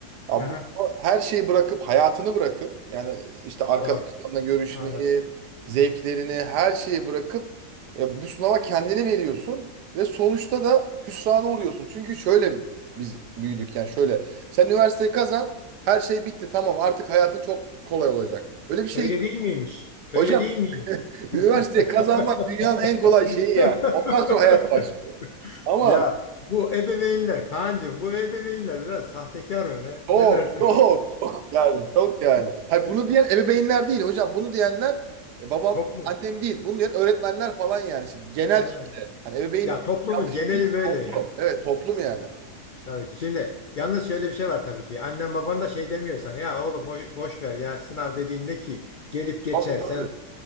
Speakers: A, on the right (about 85°); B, on the left (about 85°).
A: Ya
B: Aha.
A: bu her şeyi bırakıp hayatını bırakıp yani işte arkadaşlarına
B: Doğru.
A: görüşmeyi,
B: Anladım.
A: zevklerini, her şeyi bırakıp e, bu sınava kendini veriyorsun ve sonuçta da hüsrana uğruyorsun. Çünkü şöyle biz büyüdük yani şöyle. Sen üniversiteyi kazan, her şey bitti tamam artık hayatın çok kolay olacak. Öyle bir şey.
B: Öyle
A: yok.
B: değil miymiş? Öyle
A: Hocam
B: değil miymiş?
A: <laughs>
B: <laughs>
A: üniversiteyi kazanmak dünyanın en kolay şeyi yani. Ondan sonra hayat başlıyor. Ama
B: Ya bu ebeveynler Kaan'cığım bu ebeveynler biraz sahtekar mı ne?
A: Çok
B: Ne dersin?
A: çok çok yani çok yani. Hayır, bunu diyen ebeveynler değil hocam. Bunu diyenler e, babam
B: <laughs> Toplum.
A: annem değil. Bunu diyen öğretmenler falan yani. İşte genel
B: Ha.
A: kitle. Hani ebeveyn
B: Ya toplumun
A: yanlış
B: geneli
A: değil
B: böyle
A: toplum.
B: ya.
A: Evet toplum yani.
B: Tabii ki. Şimdi yalnız şöyle bir şey var tabii ki. Annen baban da şey demiyor sana. Ya oğlum boş, boş ver ya sınav dediğin ne ki? Gelip geçer
A: Tabii tabii.
B: sen